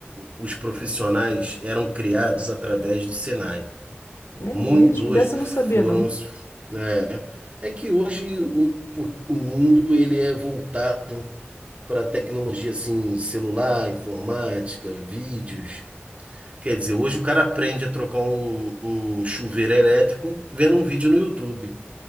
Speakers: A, on the right; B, on the left.
A: os profissionais eram criados através do Senai.
B: É
A: Muitos
B: mesmo,
A: hoje
B: dessa
A: foram,
B: eu não sabia, não.
A: né? É que hoje o o mundo ele é voltado para tecnologia assim, celular, informática, vídeos. Quer dizer, hoje o cara aprende a trocar um, um chuveiro elétrico vendo um vídeo no YouTube.